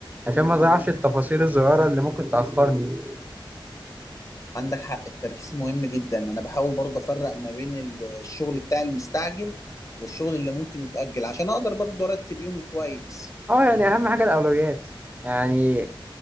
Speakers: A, on the right; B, on the left.
A: عشان ما أضيعش التفاصيل الصغيرة اللي ممكن تأخرني
B: عندك حق التركيز مهم جدا انا بحاول برضه افرق ما بين ال- الشغل بتاع المستعجل والشغل اللي ممكن يتأجل عشان اقدر برضه ارتب يومي كويس
A: أه يعني أهم حاجة الأولويات يعني